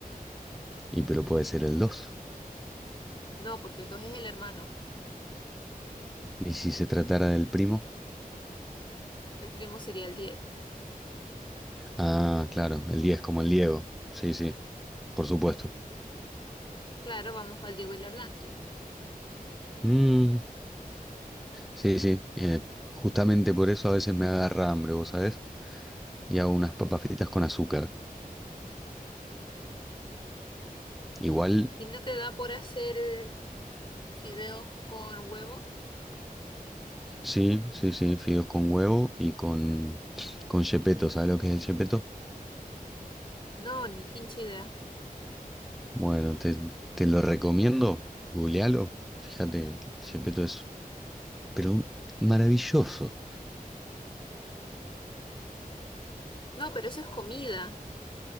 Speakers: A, in the centre; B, on the left.
A: Y pero puede ser el dos
B: No, porque el dos es el hermano.
A: ¿Y si se tratara del primo?
B: El primo sería el 10.
A: Ah, claro, el 10 como el Diego. Sí, sí, por supuesto.
B: Claro, vamos al Diego y la Blanca.
A: Mm, sí, sí. eh, justamente por eso a veces me agarra hambre, ¿vos sabés? Y hago unas papas fritas con azúcar. Igual,
B: ¿Y no te da por hacer eh, fideos con huevo?
A: sí, sí, sí, fideos con huevo y con, con chepeto. ¿Sabés lo que es el chepeto?
B: No, ni pinche idea.
A: Bueno, te, te lo recomiendo. Googlealo. Fíjate, el chepeto es, pero maravilloso.
B: No, pero eso es comida.